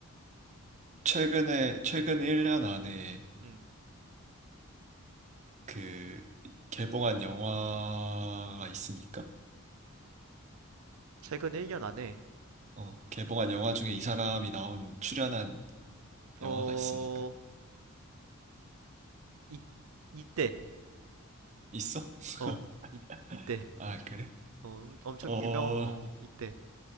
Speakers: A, on the right; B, on the right.
A: 최근에, 최근 1년 안에
B: 음.
A: 그, 개봉한 영화가 있습니까?
B: 최근 1년 안에
A: 어, 개봉한 영화 중에 이 사람이 나온 출연한
B: 어
A: 영화가 있으니까.
B: 이, 이때
A: 있어? <laughs>
B: 어 이, 이때
A: 아, 그래?
B: 어 엄- 엄청
A: 어,
B: 유명 어 이때